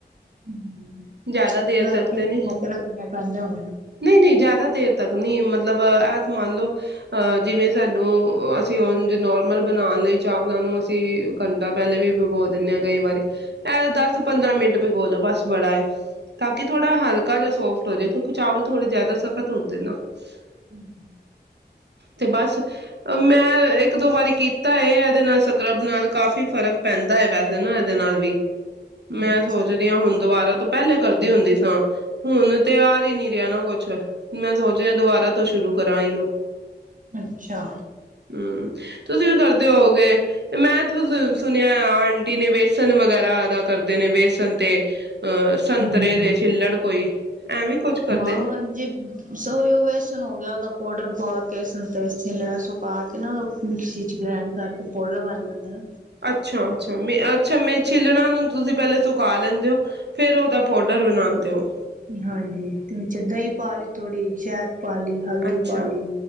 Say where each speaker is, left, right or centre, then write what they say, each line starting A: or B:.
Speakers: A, on the right; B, on the right.
A: ਹੂੰ
B: ਜ਼ਿਆਦਾ ਦੇਰ
A: ਰਾਤੀ
B: ਤੱਕ ਤੇ
A: ਭਿਓ
B: ਨਹੀਂ,
A: ਕੇ ਰੱਖਣਾ ਪੈਂਦਾ ਹੁਣ
B: ਨਹੀਂ, ਨਹੀਂ। ਜ਼ਿਆਦਾ ਦੇਰ ਤੱਕ ਨਹੀਂ ਮਤਲਬ ਐ ਮੰਨ ਲਓ ਜਿਵੇਂ ਸਾਨੂੰ ਅਸੀਂ ਉਂਜ ਨੋਰਮਲ ਬਣਾਉਣ ਲਈ ਚਾਵਲਾਂ ਨੂੰ ਅਸੀਂ ਘੰਟਾ ਪਹਿਲੇ ਵੀ ਭਿਗੋ ਦਿੰਦੇ ਹਾਂ ਕਈ ਵਾਰੀ ਇਹ ਦਸ-ਪੰਦਰਾਂ ਮਿੰਟ ਭਿਗੋਲੋ ਬਸ ਬੜਾ ਹੈ, ਤਾਂ ਕਿ ਥੋੜ੍ਹਾ ਹਲਕਾ ਜ ਸੋਫਟ ਹੋ ਜੇ ਕਿਉਂਕਿ ਚਾਵਲ ਥੋੜੇ ਜ਼ਿਆਦਾ ਸੱਖਤ ਹੁੰਦੇ ਨਾ <inaudible>
A: ਹੂੰ।
B: ਤੇ ਬਸ ਮੈਂ ਇੱਕ-ਦੋ ਵਾਰੀ ਕੀਤਾ ਐ, ਇਹਦੇ ਨਾਲ ਸਕ੍ਰਬ ਨਾਲ ਕਾਫ਼ੀ ਫ਼ਰਕ ਪੈਂਦਾ ਹੈ ਵੈਸੇ ਨਾ ਇਹਦੇ ਨਾਲ ਵੀ। ਮੈਂ
A: ਅੱਛਾ
B: ਸੋਚਦੀ ਹਾਂ ਹੁਣ ਦੁਬਾਰਾ ਤੋਂ ਪਹਿਲੇ ਕਰਦੀ ਹੁੰਦੀ ਸਾਂ ਹੁਣ ਤਿਉਹਾਰ ਹੀ ਨੀ ਰਿਹਾ ਨਾ ਕੁਛ। ਮੈਂ ਸੋਚ ਫੇਰ ਦੁਬਾਰਾ ਤੋਂ ਸ਼ੁਰੂ ਕਰਾਂ ਅਇਯੋ।
A: ਅੱਛਾ।
B: ਹੂੰ, ਤੁਸੀਂ ਵੀ ਕਰਦੇ ਹੋਵੋਗੇ, ਮੈਂ ਸੁਣਿਆ ਆਂਟੀ ਨੇ ਬੇਸਨ ਵਗੈਰਾ ਦਾ ਕਰਦੇ ਨੇ ਬੇਸਨ ਤੇ ਹਾਂ, ਸੰਤਰੇ
A: ਹਮ
B: ਦੇ ਛਿੱਲੜ ਕੋਈ ਐਵੇਂ ਕੁਛ ਕਰਦੇ
A: ਹਾਂ
B: ਨੇ
A: ਹਾਂਜੀੇ ਸੋ ਵੈਸ ਹੋ ਗਿਆ, ਉਹਦਾ ਪੋਡਰ ਪਾ ਕੇ <unintelligible> ਸੁਕਾ ਕੇ ਨਾ ਉਹਦਾ ਮਿਕਸੀ ਗ੍ਰੈਂਡ ਕਰਕੇ ਪੋਡਰ ਬਣ ਜਾਂਦਾ ਐ।
B: ਅੱਛਾ ਅੱਛਾ ਮੇ ਅੱਛਾ ਮੈਂ ਛਿਲੜਾਂ ਨੂੰ ਤੁਸੀਂ ਪਹਿਲੇ ਸੁਕਾ ਲੈਂਦੇ ਹੋ ਫੇਰ ਉਹਦਾ ਪਾਊਡਰ ਬਣਾਉਂਦੇ ਹੋ।
A: ਹਾਂਜੀ ਤੇ ਵਿੱਚ ਦਹੀਂ ਪਾ ਲਈ ਥੋੜ੍ਹੀ ਸ਼ਹਿਦ ਪਾਲੀ ਹਲਦੀ
B: ਅੱਛਾ
A: ਪਾਲੀ